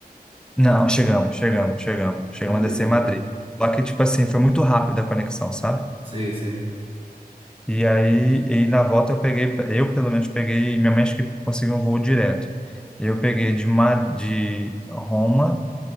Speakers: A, in the centre; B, on the right.
A: Não, chegamos, chegamos, chegamos, chegamos
B: Ah, legal.
A: a descer em Madrid. Só que tipo assim foi muito rápida a conexão, sabe?
B: Sei, sei.
A: E aí, e na volta eu peguei, eu pelo menos peguei, minha mãe acho que conseguiu um voo direto. Eu peguei de, Ma- de Roma